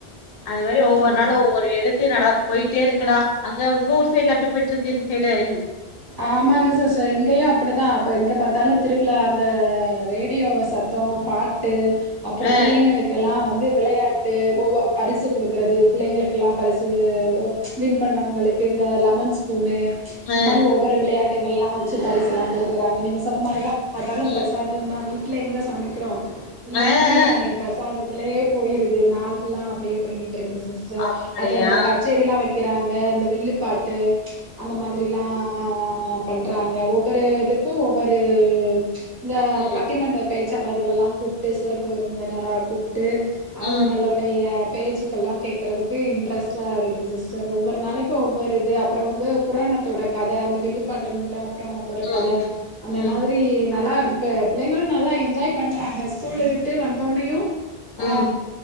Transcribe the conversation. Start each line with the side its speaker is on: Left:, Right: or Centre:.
Left: அத் மேறி ஒவ்வொர்
Right: ஆ
Left: நாளு ஒவ்வொரு எடுத் <unintelligible> போய்ட்டேருக்குடா அங்க உங்க ஊர் சைட்ல எப்டி போய்ட்ருக்கு இந் சைடு ன்
Right: ஆமாங்க சிஸ்டர் இங்கயு அப்டித்தா அப்ப எங்க பாத்தாலு திருவிழா அந்த ரேடியோ சத் தோ பாட்டு அப்ற
Left: ஆ
Right: பிள்ளைங்களுக் கெல்லா வந்து வெளயாட்டு ஒவ் ஒ பரிசு குடுக்றது பிள்ளைங்களுக்கெல்லா பரிசு ஒ வின் பண்ணவுங்களுக்கு இந்த லெமன் ஸ்பூன்னு
Left: ஆ
Right: இன் மானி ஒவ்வொரு விளையாட்டுங்கெல்லா வெச்சு பரிசெல்லா குடுக்குறாங்க நீங்க சொன்ன மாறி தா பாத்தாலு
Left: ம்
Right: ப்ரசாத் தந்தா வீட்ல எங்க சமைக்குறோ எல்லாமே
Left: ஆ ஆ
Right: பிரசாதத் துலேயே போயிருது நாள் ஃபுல்லா அப்டியே போய்கிட்ருக்கு சிஸ்டர்
Left: அப்படியா
Right: அப்பறந்த கச்சேரில்லா வெக் கிறாங்க அந்த வில்லுப்பாட்டு அந்த மாத்ரில்லா பண்றாங்க ஒவ்வொரு இதுக்கு ஒவ்வொரு இந்த
Left: ம்
Right: பட்டிமன்றப் பே சாளர்கல்லா கூப்ட்டு சிறப்பு விருந்தினரா கூப்ட்டு அவங்களுடயப்
Left: ம் ம்
Right: பேச்சு கல்லா கேக்குறதுக்கு இன்ட்ரெஸ்ட்டாருக்கு சிஸ்டர் ஒவ்வொரு நாளைக்கு ஒவ்வொரு இது அப்றோ வந்து புராணக் தோடக் கத அந்த வில்லுப்பாட்டு மூலோ அப்றோ புராணத்தோடக்
Left: ம்
Right: கத அந்த
Left: ம் ம்
Right: மாதிரி நல்லார்ந் இப்ப பிள்ளைங்களு நல்லா என்ஜாய் பண்றாங்க ஸ்கூல்லு விட்டு வந்தோனயு ஆ
Left: ம்